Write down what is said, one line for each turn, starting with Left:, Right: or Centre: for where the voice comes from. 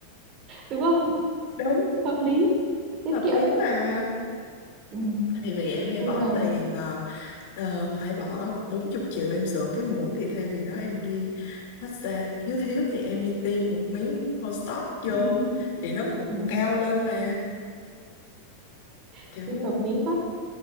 Right: đúng không
Left: đúng
Right: hợp lý tiết
Left: hợp
Right: kiệm
Left: lý mà
Right: ừ.
Left: thì vì em hay
Right: bây
Left: bỏ
Right: giờ
Left: tiền ờ, Ờ, phải bỏ 40 triệu em sửa cái mũi thì thay vì đó em đi massage thiếu thiếu thì em đi tiêm một miếng Botox vô
Right: <laughs>
Left: thì nó cũng
Right: ừ.
Left: cao lên mà kiểu
Right: <laughs> hợp lý quá